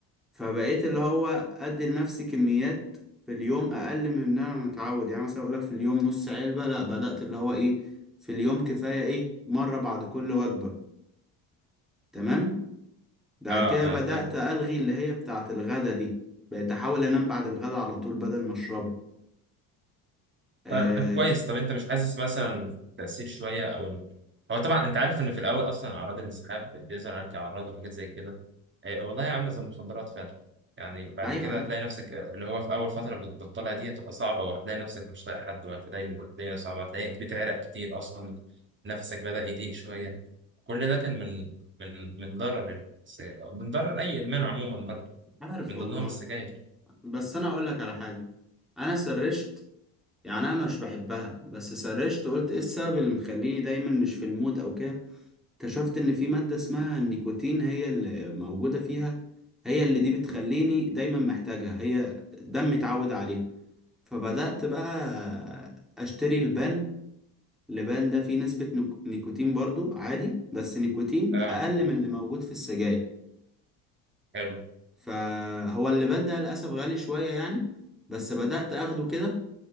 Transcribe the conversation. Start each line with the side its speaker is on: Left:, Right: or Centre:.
Centre: فبقيت اللي هو ادي لنفسي كميات في اليوم اقل من ان انا متعود يعني مثلا اقول لك في اليوم نص علبة لا بدأت اللي هو ايه في اليوم كفاية ايه مرة بعد كل وجبة تمام بعد
Right: اه
Centre: كده بدأت
Right: اه فاهمك
Centre: ألغي اللي هي بتاعة الغدا دي بقيت احاول انام بعد الغدا على طول بدل ما اشربها آه
Right: طيب كويس طب انت مش حاسس مثلا بتأثير شوية او ان... هو طبعا انت عارف ان في الاول اصلا اعراض الانسحاب بيظهر عليك اعراض وحاجات زي كده اه والله عاملة زي المخدرات فعلا يعني بعد
Centre: ايوه
Right: كده
Centre: ايوه
Right: هتلاقي نفسك آه، اللي هو في اول فترة بتبطلها دي هتبقى صعبة وهتلاقي نفسك مش طايق حد وهتلاقي إن الدنيا صعبة هتلاقيك بتعرق كتير اصلا نفسك بدأ يضيق شوية كل ده كان من من من ضرر ال- من ضرر اي ادمان عموما برضه
Centre: عارف
Right: من
Centre: والله
Right: ضمنهم السجاير
Centre: بس انا اقول لك على حاجة انا سرشت يعني انا مش بحبها بس سرشت قلت ايه السبب اللي مخليني دايما مش في المود او كده اكتشفت ان في مادة اسمها النيكوتين هي اللي موجودة فيها هي اللي دي بتخليني دايما محتاجها هي دم متعود عليها فبدأت بقى اشتري البان اللبان ده فيه نسبة نيك- نيكوتين برضو عادي بس نيكوتين
Right: اه
Centre: اقل من اللي موجود في السجاير
Right: حلو
Centre: فهو اللبان ده للأسف غالي شوية يعني بس بدأت اخده كده